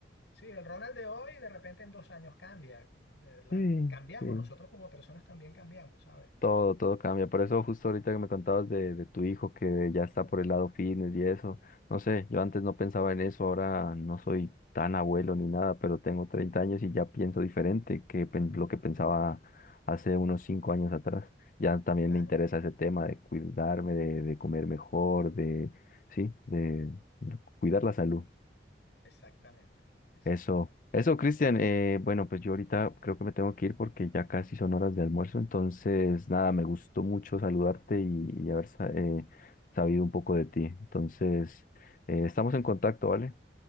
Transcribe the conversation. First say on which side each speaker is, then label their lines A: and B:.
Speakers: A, on the left; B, on the left.
A: sí, el Ronald de hoy de repente en dos años cambia. eh, la-
B: Sí,
A: cambiamos,
B: sí.
A: nosotros como personas también cambiamos, ¿sabes?
B: Todo, todo cambia. Por eso justo ahorita que me contabas de, de tu hijo que ya está por el lado fitness y eso. No sé, yo antes no pensaba en eso, ahora no soy tan abuelo ni nada, pero tengo 30 años y ya pienso diferente que pen- lo que pensaba hace unos 5 años atrás. Ya también
A: Claro.
B: me interesa ese tema de cuidarme, de, de comer mejor, de, sí, de cuidar la salud.
A: Exactamente, exactamente.
B: Eso, eso, Cristian. eh, bueno, pues yo ahorita creo que me tengo que ir porque ya casi son horas de almuerzo. Entonces, nada, me gustó mucho saludarte y, y haber sa- eh, sabido un poco de ti. Entonces, eh, estamos en contacto, ¿vale?